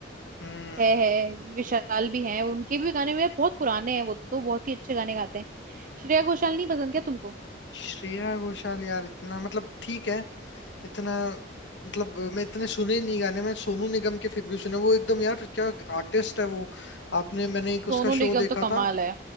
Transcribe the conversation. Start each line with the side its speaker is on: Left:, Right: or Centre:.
Left: हम्म
Right: है है विशाल भी हैं उनके भी गाने यार बहुत पुराने हैं वो तो बहुत ही अच्छे गाने गाते हैं श्रेया घोषाल नहीं पसंद क्या तुमको
Left: श्रेया घोषाल यार इतना मतलब ठीक है इतना मतलब मैं इतने सुने नहीं गाने मैं सोनू निगम के फिर भी सुने वो एकदम यार क्या आर्टिस्ट है वो आपने मैंने एक उसका
Right: सोनू
Left: शो
Right: निगम
Left: देखा
Right: तो कमाल
Left: था
Right: है